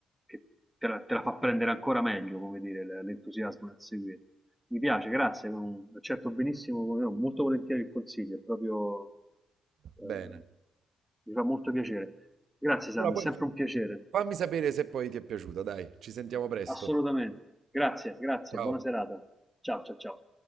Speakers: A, in the centre; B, on the right.
A: che te la, te la fa prendere ancora meglio, come dire, l- l'entusiasmo nel seguire. Mi piace, grazie, ma mm, accetto benissimo, come no, molto volentieri il consiglio, è proprio, eh,
B: Bene.
A: mi fa molto piacere. Grazie Sam,
B: Allora,
A: è
B: poi
A: sempre
B: fa-
A: un piacere,
B: fammi sapere se poi ti è piaciuta, dai, ci sentiamo presto.
A: assolutamente. Grazie, grazie,
B: Ciao.
A: buona serata. Ciao, ciao, ciao.